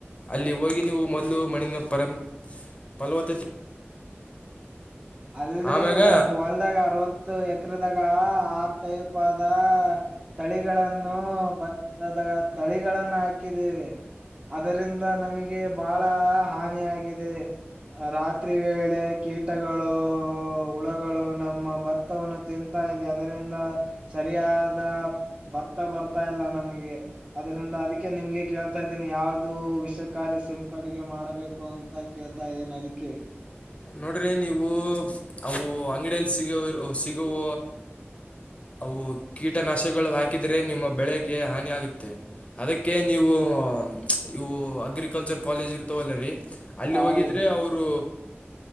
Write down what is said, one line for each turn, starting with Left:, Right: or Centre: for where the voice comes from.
Left: ಅಲ್ಲಿ ಹೋಗಿ ನೀವು ಮೊದಲು ಮಣ್ಣಿನ ಪರಂ ಫಲವತ್ತತೆ
Right: ಅಲ್ರೀ
Left: ಆಮ್ಯಾಗ
Right: ನಮ್ಮ ಹೊಲ್ದಾಗ ಅರವತ್ತ ಎಕ್ರದಾಗ ಆರ್ ಟೈಪ್ ಆದ ತಳಿಗಳನ್ನು ಬತ್ತದ ತಳಿಗಳನ್ನು ಹಾಕಿದ್ದೇವ. ಅದರಿಂದ ನಮಗೆ ಬಹಳ ಹಾನಿ ಆಗಿದೆ ರಾತ್ರಿ ವೇಳೆ ಕೀಟ ಓ ಹುಳಗಳು ನಮ್ಮ ಬತ್ತ ತ್ವವನ್ನು ತಿಂತಾ ಇದೆ ಅದರಿಂದ ಸರಿಯಾದ ಭತ್ತ ಬರ್ತ ತ್ತಾ ಇಲ್ಲ ನಮಗೆ ಅದರಿಂದ ಅದಕ್ಕೆ ನಿಮ್ಗೆ ಕೇಳ್ತಾ ಇದ್ದೀನಿ ಯಾವ್ದು ವಿಷಕಾರಿ ಸಿಂಪಡಿಗೆ ಮಾಡಬೇಕು ಅಂತ ಕೇಳ್ತಾ ಇದ್ದನಿ ಅದಕ್ಕೆ
Left: ನೋಡ್ರಿ ನೀವು ಅವು ಅಂಗಡಿಯಲ್ಲಿ ಸಿಗ ಸಿಗುವ
Right: <inaudible>
Left: ಅವು ಕೀಟನಾಶಗಳು ಹಾಕಿದರೆ ನಿಮ್ಮ ಬೆಳೆಗೆ ಹಾನಿಯಗತ್ತೆ. ಅದಕ್ಕೆ ನೀವು ಇವು ಅಗ್ರಿಕಲ್ಚರ್ ಕಾಲೇಜ್ ಇರ್ತವಲ್ಲರೀ ಅಲ್ಲಿ
Right: ಹಾ
Left: ಹೋಗಿದರೆ
Right: ರೀ
Left: ಅವರು